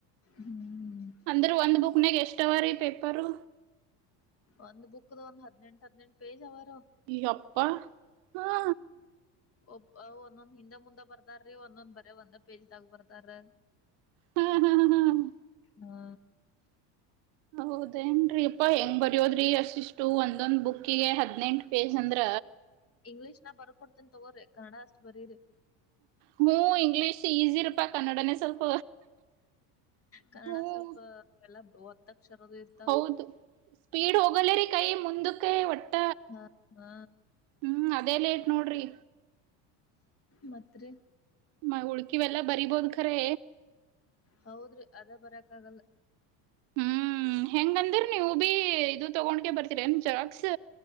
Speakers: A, on the left (about 30°); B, on the right (about 60°).
A: ಹ್ಮ್
B: ಅಂದ್ರ ಒಂದು ಬುಕ್ ನಾಗ್ ಎಷ್ಟ ಅವರೀ ಪೇಪರು.
A: ಒಂದ್ ಬುಕ್ದ ಒಂದ್ ಹದ್ನೆೆಂಟ ಹದ್ನೆೆಂಟ ಪೇಜ್ ಅವರಿ ಅವು.
B: ಯಪ್ಪಾ ಹಾ.
A: ಒಬ್ಬ ಒಂದೊಂದ್ ಹಿಂದೆ ಮುಂದ ಬರದಾರಿ ಒಂದೊಂದ್ ಬರೇ ಒಂದ್ ಪೇಜದಾಗ ಬರ್ದಾರ್.
B: ಹ್ಮ್ ಹ್ಮ ಹ್ಮ್
A: ಹಾ
B: ಹೌದ ಏನ್ರಿ ಎಪ್ಪಾ ಹೆಂಗ್ ಬರದರಿ. ಬರಿಯೋದ್ರಿ ಅಷ್ಟಿಷ್ಟು ಒಂದೊಂದ್ ಬುಕ್ಕಿಗೆ ಹದ್ನೆಂಟು ಪೇಜ್ ಅಂದ್ರ.
A: ಇಂಗ್ಲೀಷ್ನಾ ಬರದ ಕೊಡ್ತೇನ್ ತಗೋರಿ ಕನ್ನಡ ಅಷ್ಟ ಬರೀರಿ.
B: ಹ್ಞೂ ಇಂಗ್ಲೀಷ್ ಈಸಿರಪ್ಪಾ ಕನ್ನಡನೇ ಸ್ವಲ್ಪ.
A: ಕನ್ನಡ
B: ಹ್ಮ್
A: ಸ್ವಲ್ಪ ಎಲ್ಲಾ ಒತ್ತಕ್ಷರದು ಇರ್
B: ಹೌದು ಸ್ಪೀಡ್ ಹೋಗಲ್ಲೇರಿ ಕೈ ಮುಂದಕ್ಕೆ ಒಟ್ಟ.
A: ಹ ಹಾ.
B: ಹ್ಮಅದೇ ಲೇಟ್ ನೋಡ್ರರಿ.
A: ಮತ್ತರಿ.
B: ಮ ಉಳ್ಕಿವೆಲ್ಲಾ ಬರಿಬೋದ್ ಖರೆ.
A: ಹೌದ್ರಿ ಅದ ಬರ್ಯಾಕ್ ಆಗಲ್ಲ.
B: ಹ್ಮ್ ಹೆಂಗ ಅಂದ್ರ ನೀವು ಬಿ ಇದು ತಗೊಂಡಕೆ ಬರ್ತೀರಿ ಜೆರಾಕ್ಸ್.